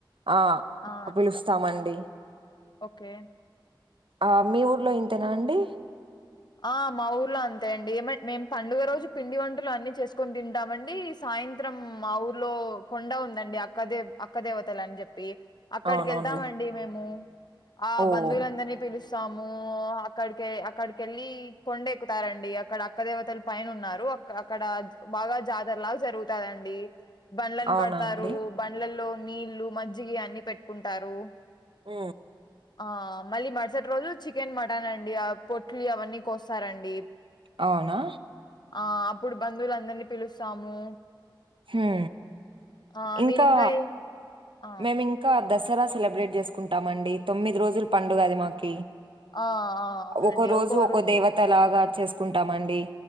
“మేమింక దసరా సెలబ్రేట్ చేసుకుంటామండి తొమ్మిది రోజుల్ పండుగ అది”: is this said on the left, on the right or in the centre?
Right